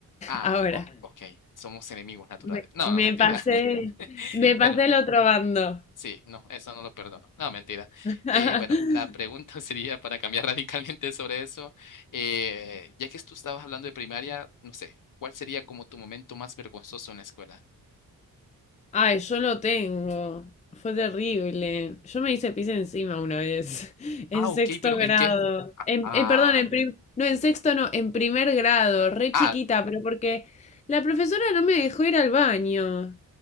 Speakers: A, on the left (about 55°); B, on the left (about 20°).
A: Ah,
B: ahora.
A: oh, ok, somos enemigos naturales.
B: Me,
A: No,
B: me
A: no, mentira.
B: pasé,
A: <laughs>
B: me pasé
A: Bueno,
B: el otro bando.
A: sí, no, eso no lo perdono. No, mentira.
B: <laughs>
A: Eh, bueno, la pregunta <laughs> sería para cambiar <laughs> radicalmente sobre eso. eh, ya que tú estabas hablando de primaria, no sé, ¿cuál sería como tu momento más vergonzoso en la escuela?
B: Ay, yo lo tengo. Fue terrible. Yo me hice pis encima una vez, <laughs> en
A: Ah, ok,
B: sexto
A: pero
B: grado.
A: ¿en qué?
B: En,
A: Ah,
B: en- perdón, en prim- no, en sexto no, en primer grado, re chiquita,
A: ah,
B: pero porque la profesora no me dejó ir al baño.